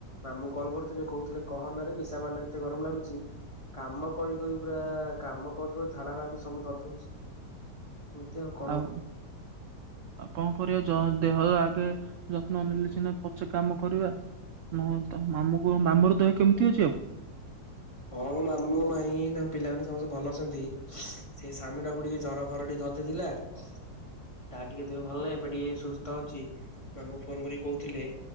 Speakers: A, on the left; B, on the right.
A: ମାମୁ କଲ୍ କରିୁଥିଲେ କହୁଥିଲେ କହନା ରେ ବିଷାକାପାଟନାରେ ମାନେ ଏତେ ଗରମ ଲାଗୁଚି। କାମ କରି କରି ପୁରା କାମ କରୁୁଥିବ, ଝାଡା ବାନ୍ତି ସବୁ ଥରି ଦଉଚି। ଏମତି ଆଉ କ
B: ଆଉ ଆଉ କଣ କରିବା ଜ ଦେହ ଆ ରେ ଯତ୍ନ ନେଲେ ସିନା ପଛେ କାମ କରିବା। ନାଇଁ ତ ମାମୁଁ କୁ ମାମୁଁ ର ଦେହ କେମିତି ଅଛି ଆଉ?
A: ହଁ ମାମୁଁ ମାଇଁ ତାଙ୍କ ପିଲାମାନେ ସମସ୍ତେ ଭଲ ଅଛନ୍ତି। ସେ ସାନଟାକୁ ଟିକେ ଜର ଫର ଟିକେ ଧରି ଦେଇଥିଲା। ହେ ତାର ଟିକେ ଦେହ ଭଲ ନାହିଁ ଏବେ ଟିକେ ସୁସ୍ଥ ଅଛି। ମାମୁ ଫୋନ କରି କହୁଥିଲେ